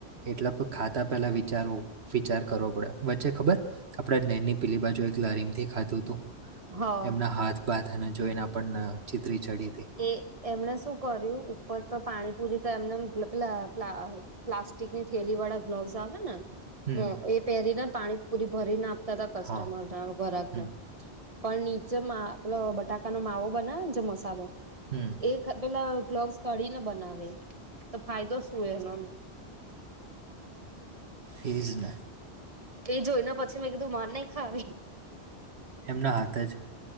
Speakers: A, on the right (about 70°); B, on the right (about 30°).
A: એટલા આપ ખાતા પેલા વિચારવું વિચાર કરવો પડે. વચ્ચે ખબર આપડે નેની પીલી બાજુ એક લારી માંથી ખાધું તું
B: હા
A: એમના હાથ બાથ અને જોઈને પણ આમ ચિત્રી ચડી તી
B: એ એમણે શું કર્યું, ઉપર તો પાણીપુરી તો એમને <unintelligible> પ્લાસ્ટિક ની થેલી વાળા ગ્લોવ્સ આવે ને
A: હમ
B: હા, એ પહેરીને પાણી પૂરી ભરીને આપતા તા કસ્ટમર
A: હા
B: <unintelligible> ઘરાકને.
A: હમ
B: પણ નીચે મા પેલો બટાકાનો માવો બનાવે ને, જે મસાલો
A: હમ્મ.
B: એ પેલા ગ્લોવ્સ કઢીને બનાવે, તો ફાયદો શું એ એનો?
A: ઈ જ ને.
B: એ જોઈને પછી મેં કીધું માર નહીં ખાવી.
A: એમના હાથ જ